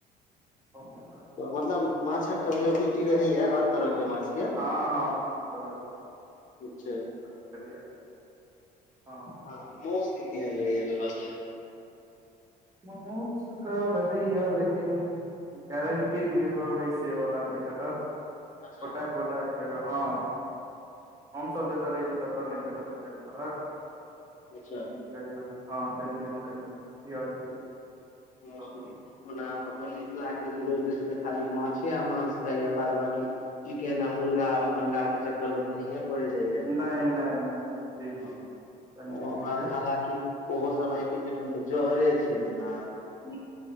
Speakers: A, on the right; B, on the left.
A: <unintelligible>
B: तऽ मतलब माछक एवेलेबिलिटी रहय यै हर तरह के माछ के
A: हां-हां हर तरह के
B: अच्छा
A: एलिया रहै हां।
B: हां मौस के की भेल रहय यै व्यवस्था?
A: मौस कै रहय यै लेकिन गारंटी के जे कहबै से बला नै भेटत
B: अच्छा
A: गोटैक गोटै से यै हां हम सब जैता रहय छी ततै नै भेटत ओहेन तरहक।
B: अच्छा
A: ई चीज लै यै हां दिल्ली मे कनि <unintelligible>
B: मुश्किल
A: प्रॉब्लम
B: ओना अपन मिथिला के जे लोक यै से तै खाली माछे आ मांस खाय यै बाद बाकी चिकेन आ मुर्गा अण्डाके चक्कर मे तै नहियै पड़ै जाए यै।
A: नहि नहि नहि जी
B: हां
A: तऽ नहि रहैया
B: <unintelligible> हालाकी उहो सब आय के डेट मे तऽ जहरे छै नै आब।
A: हूं।